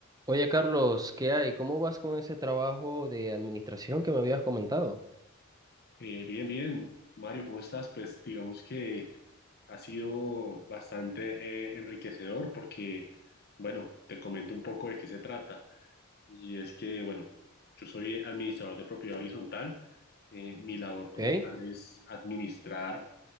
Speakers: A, on the right; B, on the left.
A: Oye, Carlos, ¿qué hay? ¿Cómo vas con ese trabajo de administración que me habías comentado?
B: Eh, bien, bien. Mario, ¿cómo estás? Pues digamos que ha sido bastante eh, enriquecedor porque, bueno, te comento un poco de qué se trata. Y es que, bueno, yo soy administrador de propiedad horizontal. Eh, mi labor como
A: ¿Ok?
B: tal es administrar,